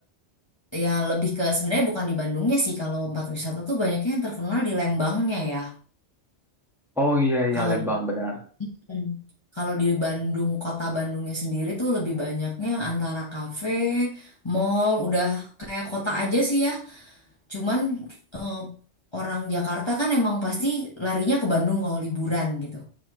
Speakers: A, on the left; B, in the centre.
A: ya lebih ke sebenarnya bukan di Bandungnya sih kalau tempat wisata tuh banyaknya yang terkenal di Lembangnya ya.
B: Oh iya, iya
A: Kalau
B: Lembang
A: di
B: benar.
A: Hmm. kalau di Bandung kota Bandungnya sendiri tuh lebih banyaknya antara kafe, mall, udah kayak kota aja sih ya. Cuman eh, orang Jakarta kan emang pasti larinya ke Bandung kalau liburan gitu.